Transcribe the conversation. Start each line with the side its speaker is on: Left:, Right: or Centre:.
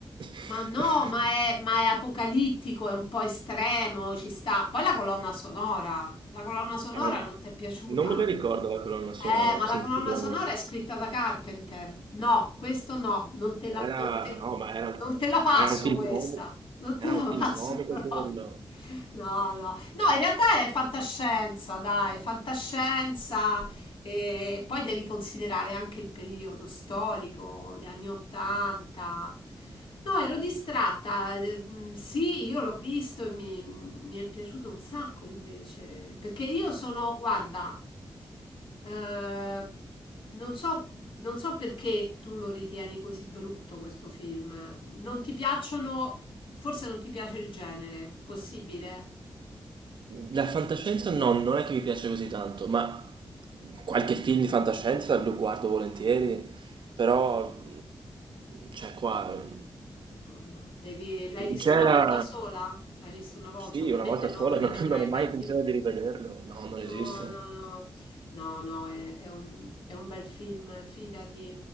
Right: <laughs>
Left: Ma no, ma è, ma è apocalittico, è un po' estremo, ci sta. Poi la colonna sonora, la colonna sonora
Right: Era un-
Left: non ti è piaciuta?
Right: Non me la ricordo la colonna sonora,
Left: Eh, ma la
Right: sinceramente.
Left: colonna sonora è scritta da Carpenter. No, questo no, non te la,
Right: Era,
Left: non te,
Right: no, ma era, un-
Left: non te la passo
Right: ma era un film
Left: questa,
Right: comico,
Left: non
Right: era
Left: te la
Right: un film
Left: passo
Right: comico
Left: <laughs> no.
Right: quello.
Left: No, no, no, in realtà è fantascienza, dai, fantascienza, e poi devi considerare anche il periodo storico, gli anni 80. No, ero distratta. ehm, Sì, io l'ho visto e mi, mi è piaciuto un sacco invece. Perché io sono, guarda, eh, non so, non so perché tu lo ritieni così brutto questo film. Non ti piacciono, forse non ti piace il genere, possibile?
Right: La fantascienza no, non è che mi piace così tanto, ma qualche film di fantascienza lo guardo volentieri, però, cioè qua,
Left: No, no, devi... l'hai visto
Right: c'era,
Left: una volta sola? L'hai visto una volta,
Right: sì,
Left: ovviamente
Right: una volta
Left: non
Right: sola,
Left: lo rivedrai
Right: <laughs> non, non ho
Left: mai
Right: mai intenzione
Left: più.
Right: di rivederlo, no, non
Left: No,
Right: esiste.
Left: no, no, no, no, è, è un, è un bel film, fidati.